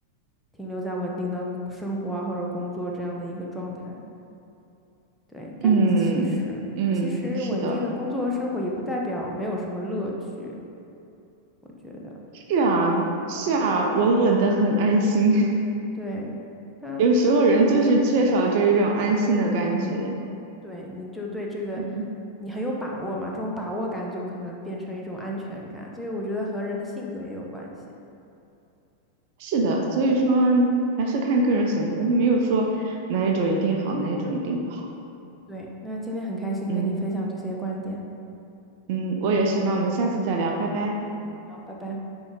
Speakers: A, in the centre; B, on the right.
A: 停留在稳定的生活啊或者工作这样的一个状态。对，但其实其实稳定的工作生活也不代表没有什么乐趣，
B: 嗯嗯，是的，
A: 我觉得，
B: 是啊是啊，稳稳的很安心。<laughs>
A: 对，他
B: 有时候人就是缺少这一种安心的感觉。
A: 对你就对这个
B: 嗯。
A: 你很有把握嘛，这种把握感就可能变成一种安全感，这个我觉得和人的性格也有关系。
B: 是的，所以说还是看个人选择，没有说哪一种一定好，哪一种一定不好。
A: 对，那今天很开心跟你分享这些观点，
B: 嗯嗯，我也是，那我们下次再聊，拜拜。
A: 好，拜拜。